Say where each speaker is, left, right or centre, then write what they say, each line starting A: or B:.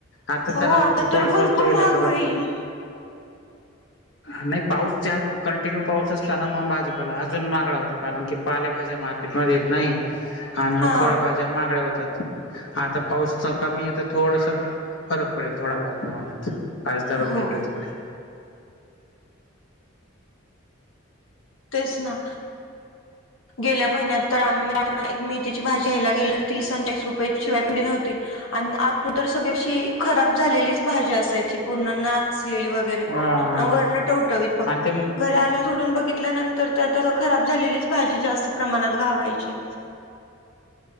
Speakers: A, on the left; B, on the left.
A: आता
B: हो
A: जरा थोडा
B: तर भरपूर
A: स्वस्त होईल
B: महाग
A: आता.
B: होईल
A: नाही पाऊस ज्या कंटिन्यू पाऊस असला ना, मग भाजीपाला अजून मागड होतो. कारण की पालेभाज्या मार्केटमध्ये येत नाही. आणि
B: हा
A: मग फळभाज्या महागड्या होतात. आता पाऊसच कमी आहे तर थोडसं फरक पडेल थोडाफार मनात पाचदार रुपये
B: हो
A: इकडे तिकडे.
B: तेच ना. गेल्या महिन्यात तर आम्हीे <unintelligible> मेथीची भाजी घ्यायला गेले तर तीस अणचाळीस रुपये शिवाय पिंडी नव्हती. आणि आतून तर सगळशी खराब झालेलीच भाजी असायची पूर्ण नाचलेली वगैरे.
A: हा
B: आणि वरणट उठवत फक्त
A: आणि ते
B: घर आलं तोडून बघितल्यानंतर ते आता खराब झालेलीच भाजी जास्त प्रमाणात घावायची.